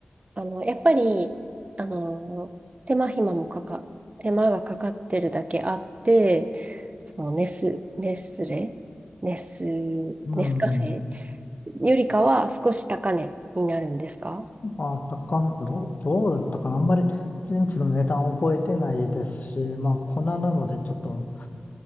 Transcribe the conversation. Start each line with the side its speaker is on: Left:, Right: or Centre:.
Right: あの、やっぱり、あの、手間暇もかか、手間がかかってるだけあって、そのネス、ネスレ、ネス、
Left: うん。
Right: ネスカフェよりかは少し高値になるんですか
Left: まあ、高ん、どう、どうだったかな。あんまり、現地の値段覚えてないですし、まあ、粉なので、ちょっと、